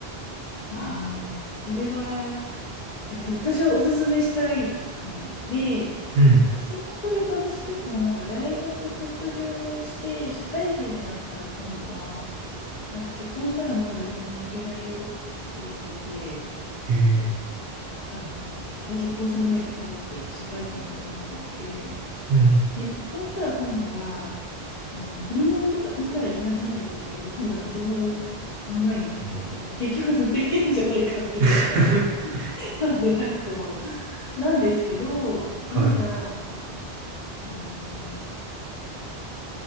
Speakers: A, on the left (about 50°); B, on the right (about 70°).
A: ああ、それはえっと、私はおすすめしたいかもです。で、
B: うん。
A: 結論から言うと、私結構なんか大学卒業して社会人になったら今度は、なんか結婚したらもう旅行に行けないよって言われて、
B: へえ。
A: あの、じゃあ結婚する前に行こうって言って社会人の会社の方行って、
B: うん。
A: で、結婚したら今度は、あの、子供を産んだ、産んだら行けなくなるよって言われて、今度は子供を産む前に行かなきゃっていう、
B: うん
A: なんか結局ずっと行ってるんじゃないかっていう感じ。
B: <laughs>
A: <laughs> なんで、なんかこう、なんですけど、
B: はい。
A: なんか、あの、